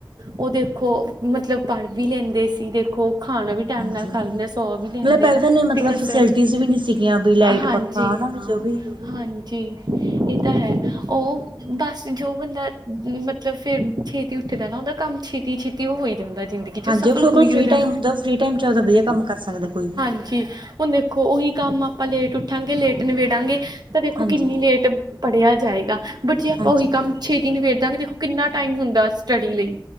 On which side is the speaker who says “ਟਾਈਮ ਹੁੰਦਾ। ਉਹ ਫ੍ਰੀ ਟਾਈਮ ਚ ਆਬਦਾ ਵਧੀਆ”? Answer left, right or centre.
Right